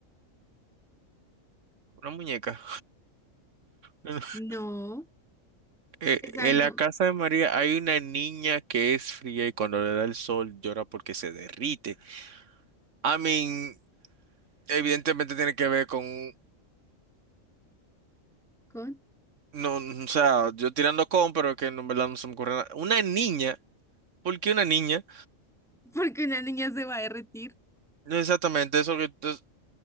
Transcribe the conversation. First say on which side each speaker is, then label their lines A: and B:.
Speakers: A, on the right; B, in the centre.
A: Una muñeca. <laughs>
B: No,
A: Eh,
B: es algo
A: en la casa de María hay una niña que es fría y cuando le da el sol llora porque se derrite. I mean, evidentemente tiene que ver con,
B: con...
A: no, o sea, yo tirando con, pero que no, en verdad no se me ocurre nada. Una niña, ¿por qué una niña?
B: Porque una niña se va a derretir.
A: No exactamente, eso que, es-